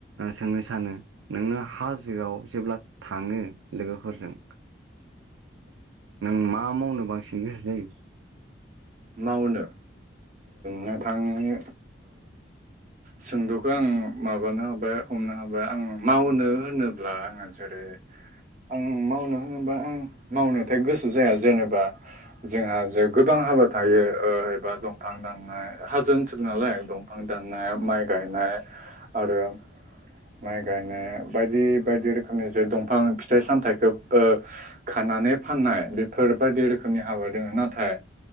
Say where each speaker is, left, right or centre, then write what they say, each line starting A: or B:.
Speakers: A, on the right (about 85°); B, on the right (about 40°).
A: सोंनो सानो नोङो हाजोआव जेब्ला थाङो लोगोफोरजों नों मा मावनो बांसिन गोसो जायो?
B: मावनो नोंथांनि सोंदुखौ आं माबानो हाबाय हमनो हाबाय आं मावनो होनोब्ला आङो जेरै आं मावनो होनोबा आं मावनोथाय गोसो जाया जेनेबा जोंहा जे गोबां हाबा थायो एबा दंफां दाननाय हाजो ओनसोल नालाय दंफां दाननाय माइ गायनाय आरो माइ गायनाय बायदि बायदि रोखोमनि जे दंफां फिथाइ सामथाइखौ खानानै फाननाय बेफोर बायदि रोखोमनि हाबा दङ नाथाय